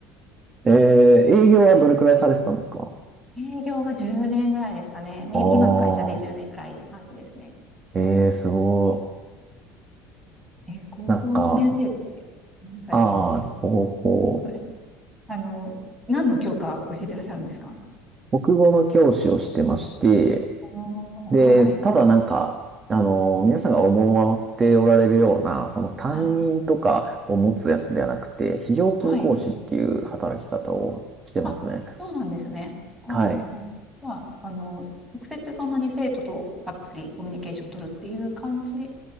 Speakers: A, on the right; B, in the centre.
A: えー、営業はどれくらいされてたんですか
B: 営業は10年ぐらいですかね。い今の会社で10年ぐらいって感じですね。
A: ああ、ええ、すご
B: はいえー高校の先生って、
A: い。なんか、
B: ごめんなさい、
A: ああ、
B: あの、
A: 高校、
B: <laughs> あの、何の教科を教えてらっしゃるんですか
A: 国語の教師をしてまして、
B: おー、
A: で、
B: はい、
A: ただなんか、あの、皆さんが思っておられるような、その担任とかを持つやつではなくて、
B: はい、
A: 非常勤講師っていう働き方をしてますね。
B: はい。あ、そうなんですね。ほうほうほう。
A: はい。
B: は、あの、直接そんなに生徒とがっつりコミュニケーション取るっていう感じ